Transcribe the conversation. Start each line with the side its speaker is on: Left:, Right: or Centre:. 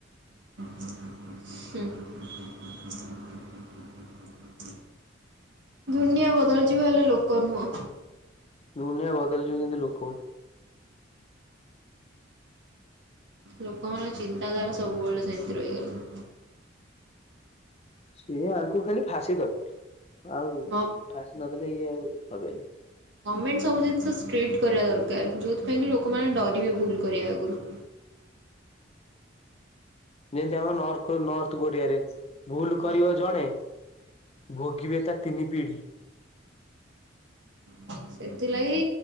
Right: ହୁଁ ଦୁନିଆ ବଦଳିଯିବ ହେଲେ ଲୋକ ନୁହଁ।
Left: ଦୁନିଆ ବଦଳି ଯିବ କିନ୍ତୁ ଲୋକ
Right: ଲୋକମାନଙ୍କ ଚିନ୍ତାଧାରା ସବୁବେଳେ ସେମିତି ରହିଗଲା।
Left: ସିଏ ଆଙ୍କୁ ଖାଲି ଫାଶୀ ଦରକାର ଆଉ
Right: ହଁ
Left: ଫାଶୀ ନଦେଲେ ଇଏ ଆଉ ହବନି।
Right: ଗମେଣ୍ଟ ସବୁ ଜିନିଷ ଷ୍ଟ୍ରିକଟ୍ କରିବା ଦରକାର ଯେଉଁଥିପାଇଁ କି ଲୋକମାନେ ଡରିବେ ଭୁଲ କରିବା ଆଗରୁ।
Left: ଯେମତି ଆମର ନର୍ଥ କୋରିଆରେ। ଭୁଲ କରିବ
Right: ହଁ
Left: ଜଣେ ଭୋଗିବେ ତା ତିନି ପିଢି।
Right: ହ ସେଥିଲାଗି